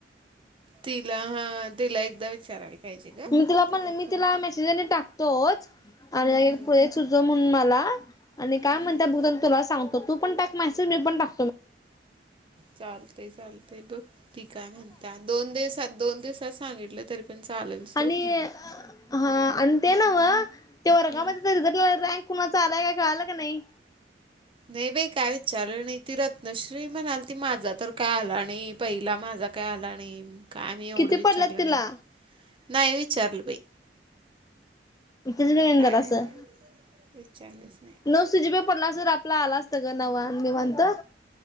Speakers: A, on the right; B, on the left.
A: तिला हा तिला एकदा विचारायला पाहिजे ग
B: मी तिला पण मी
A: फोन
B: तिला
A: करून
B: मेसेज आणि टाकतोच आणि
A: हम्म
B: पुढे त सुचव म्हणून मला आणि काय
A: हम्म
B: म्हणत्या बघतो आणि तुला सांगतो तू पण टाक मेसेज मी पण टाक
A: चालतय चालतय बघ ती काय म्हणत्या दोन दिवसात दोन दिवसात सांगितलं तरी पण चालेल सोड
B: आणि हा आणि ते नव ते वर्गामध्ये
A: हम्म
B: रिझल्ट ब बँक कुणाचा आलाय काय कळाल काय नाही?
A: नाही बाई काय विचारलं नाही ती रत्नश्री म्हणालती माझा तर काय आला नाही. पहिला माझा काय आला नाही. काय मी एवढं
B: किती
A: विचारलं
B: पडल्यात तिला?
A: नाही बाई नाही विचारल बाई.
B: विचारायचं
A: काय
B: जरासं
A: विचारलंस
B: नऊ सजिप पडला असता तर आपला आला असतं ग नवा नीवात.